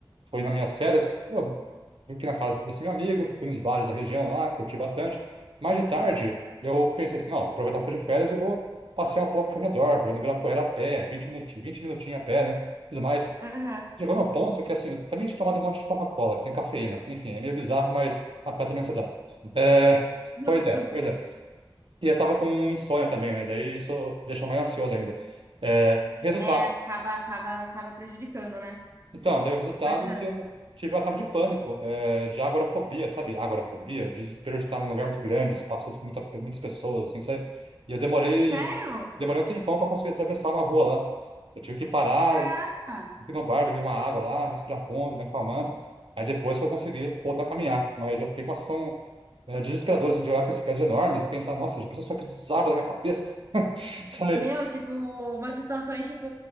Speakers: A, on the right; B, on the right.
A: Foi nas minhas férias, pô, fui aqui na casa desse meu amigo, fui nos bares da região lá, curti bastante. Mais de tarde, eu pensei assim, não, vou aproveitar que eu tô de férias, eu vou passear um pouco ao redor, vou no Ibirapuera a pé, vinte minutinhos, vinte minutinhos a pé, né? Tudo mais.
B: aham,
A: Chegou no ponto que, assim, eu também tinha tomado um monte de Coca-Cola, que tem cafeína. Enfim, é meio bizarro, mas afeta a minha ansiedade. É,
B: justo.
A: pois é, pois é. E eu tava com um insônia também, né? Daí isso deixou mais ansioso ainda. É, resultado
B: É, acaba, acaba, acaba prejudicando, né?
A: Então, deu o resultado
B: Mas,
A: que
B: ah,
A: eu tive um ataque de pânico, é, de agorafobia, sabe? Agorafobia, desespero de estar num lugar muito grande, espaço com muita, muitas pessoas, assim, sabe? E eu demorei,
B: sério?
A: demorei um tempão para conseguir atravessar uma rua lá. Eu tive que parar,
B: Caraca!
A: ir no bar, beber uma água lá, respirar fundo, me acalmando. Aí depois que eu consegui voltar a caminhar. Mas eu fiquei com a sensação, é, desesperadora, assim, de olhar com esses prédios enormes e pensar, nossa, já pensou só que desaba na minha cabeça? <laughs> Sabe?
B: Meu, tipo, umas situações tipo,